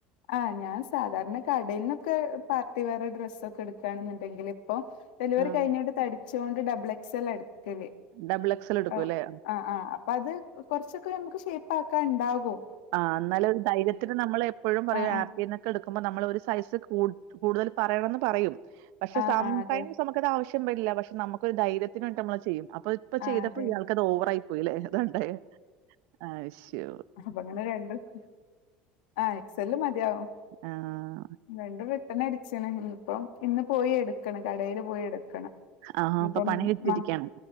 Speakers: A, on the left; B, on the right.
A: അഹ് ഞാൻ സാധാരണ കടെൽന്നൊക്കെ പാർട്ടിവെയറ് ഡ്രസ്സ്‌ ഒക്കെ എടുക്കാണെന്നുണ്ടെങ്കില് പ്പോ ഡെലിവറി
B: ആഹ്
A: കഴിഞ്ഞോണ്ട് ത ച്ചോണ്ട് ഡബിൾ എക്സൽ അടി ക്കല്
B: ഡബിൾ എക്സൽ എടുക്കുംല്ലേ?
A: ആഹ് ആഹ് ആഹ് അപ്പ അത് കൊറച്ചൊക്കെ നമുക്ക് ഷേപ്പ് ആ ക്ക ഇണ്ടാകും
B: ആഹ് എന്നാലൊരു ധൈര്യത്തിന് നമ്മള് എപ്പൊഴും കൊറേ
A: ആ ആ
B: ആപ്പിന്നൊക്കെ എടുക് <unintelligible> നമ്മളൊര് സൈസ് കൂട്ട് കൂടുതൽ പറയണെന്ന് പറയും പക്ഷെ
A: ആ
B: സംടൈംസ്
A: ആ അതെ
B: നമ്ക്കത് ആവശ്യ <unintelligible> ഇല്ല പക്ഷെ നമ് ക്കൊരു ധൈര്യത്തിന് വേണ്ടിട്ട് നമ്മള് അത് ചെയ്യും അ പ്പ ഇപ്പ
A: ആ
B: ചെയ്തപ്പ
A: അതെ
B: ഇയാൾക്കത് ഓവറായി പോയെല്ലേ ണ്ട ണ്ടെ അഹ്‌ ശോ
A: അപ്പങ്ങനെ രണ്ടും ആ എക്സലൽ മതിയാവും
B: ആ
A: രണ്ടും റിട്ടണ് അടിച്ച്ണ് നമ്മള് ഇപ്പം പിന്നെ പോയി എട് ക്കണ് കടേല് പോയി എട്ക്കണ്
B: ആഹ്
A: ഇനി
B: അപ്പൊ
A: ഇപ്പം
B: പണി കിട്ടിയിരിക്കാണ്.
A: അ